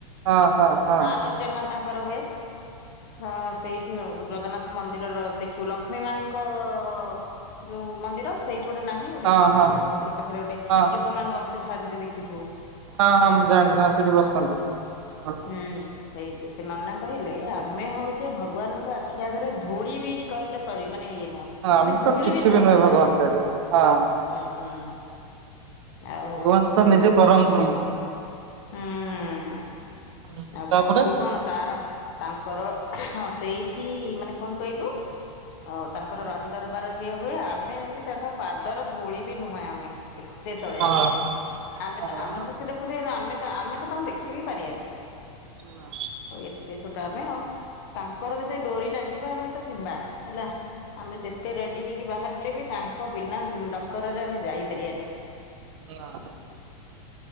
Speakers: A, on the right (about 55°); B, on the left (about 40°).
A: ହଁ ହଁ ହଁ
B: ଆଲୋଚନା ତାଙ୍କର ହୁଏ। ହଁ ସେଇଠି ଜଗନ୍ନାଥ ମନ୍ଦିରର ଦେଖିବୁ ଲକ୍ଷ୍ମୀ ମାଙ୍କ ଙ୍କ ଯୋଉ ମନ୍ଦିର ସେଇଠି ଗୋଟେ ନାହିଁ <unintelligible> ଗୋଟେ
A: ହଁ ହଁ
B: ତାଙ୍କ ମନ୍ଦିର ପାଖରେ ଗୋଟେ
A: ହଁ
B: ଲୋକମାନେ ବସିଥାନ୍ତି ଦେଖିଥିବୁ।
A: ହଁ ହଁ ଜାଣିଛି ହଁ ସେଠି ବସନ୍ତି। ଭଗବାନ।
B: ହୁଁ। ସେଇଠି ସେ ନନା କହିଲେ ଆମେ ହଉଛେ ଭଗବାନଙ୍କ ଆଖି ଆଗରେ ଧୂଳି ବି କହିଲେ ସରି ମାନେ ଇଏ ନୁହଁ
A: ହଁ
B: ଆମେ
A: ତ
B: ଧୂଳି
A: କିଛି
B: ବି ନୁହଁ
A: ନୁହେଁ
B: ତାଙ୍କ
A: ଭଗବାନଙ୍କ
B: ଆଖି
A: ଆଗରେ ହଁ
B: ହୁଁ। ଆଉ
A: ଭଗବାନ ତ
B: ଶିବ
A: ନିଜେ ପରମ ବ୍ରହ୍ମ।
B: ହୁଁ
A: ହୁଁ,
B: ଆଉ
A: ତାପରେ
B: ତାଙ୍କୁ କଣ ତାର ତାଙ୍କର ହଁ ସେଇଠି ମାନେ କଣ କହିଲୁ? ଓଉ ତାଙ୍କର
A: ହଁ
B: ରଜ ଦରବାର ଇଏ ହୁଏ ଆମେ ଏମିତି ତାଙ୍କ ପାଦର ଧୋଳି ବି ନୁହେଁ ଆମେ। ଏତେ ତଳେ
A: ହଁ
B: ଆମେ ଆମେ
A: ହଁ
B: ତା ଆମକୁ
A: ହଁ
B: ସେ ଦେଖୁଥିବ ନା ଆମେ ତ ଆମେ ତ ତାଙ୍କୁ ଦେଖିବି ପାରିବାନି।
A: ହଁ
B: ଆଉ ଏତେ ଛୋଟ ଆମେ ଆଉ ତାଙ୍କର ଯେତେ ଡୋରି ଲାଗିବ ଆମେ ତ ଯିବା ହେଲା। ଆମେ ଯେତେ ରେଡ଼ି ହେଇକି ବାହାରିଲେ ବି ତାଙ୍କ ବିନା ଡକରାରେ ଆମେ ଯାଇପାରିବାନି।
A: ନାଁ।